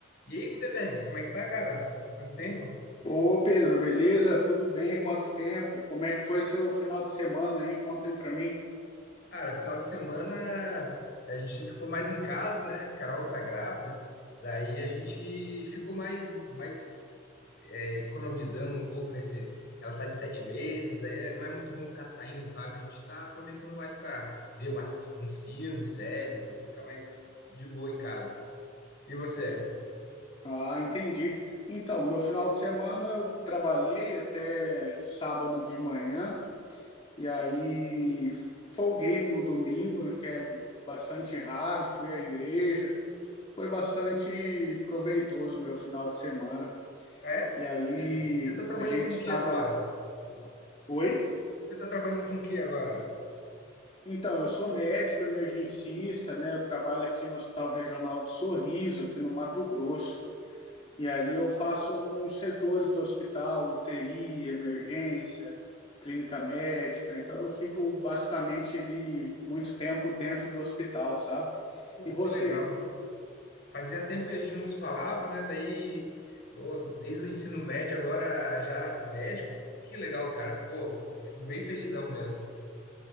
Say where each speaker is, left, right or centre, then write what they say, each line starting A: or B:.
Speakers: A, on the left; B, on the left.
A: E aí, Gutenberg, como é que tá, cara? Quanto tempo?
B: Ô Pedro, beleza? Tudo bem? Quanto tempo? Como é que foi seu final de semana aí? Conta aí pra mim.
A: Cara, final de semana a gente ficou mais em casa, né? A Carol tá grávida, daí a gente ficou mais, mais é, economizando um pouco nesse. Ela tá de sete meses, daí não é muito bom ficar saindo, sabe? A gente tá aproveitando mais pra ver umas- uns filmes, séries, assim, ficar mais de boa em casa. E você?
B: Ah, entendi. Então, meu final de semana eu trabalhei até sábado de manhã e aí folguei no domingo, né, que é bastante raro. Fui à igreja, foi bastante proveitoso meu final de semana.
A: Ah, É?
B: E aí
A: Você tá trabalhando
B: a gente
A: com
B: estava.
A: o que agora? Opa!
B: Oi?
A: Você tá trabalhando com o que agora?
B: Então, eu sou médico emergencista, né? Eu trabalho aqui no Hospital Regional de Sorriso, aqui no Mato Grosso. E aí eu faço alguns setores do hospital, UTI, emergência, clínica médica. Então, eu fico basicamente ali muito tempo dentro do hospital, sabe?
A: Pô,
B: E você?
A: que legal. Fazia tempo que a gente não se falava, né? Daí, ô, desde o ensino médio, agora já médico. Que legal, cara. Pô, fico bem felizão mesmo.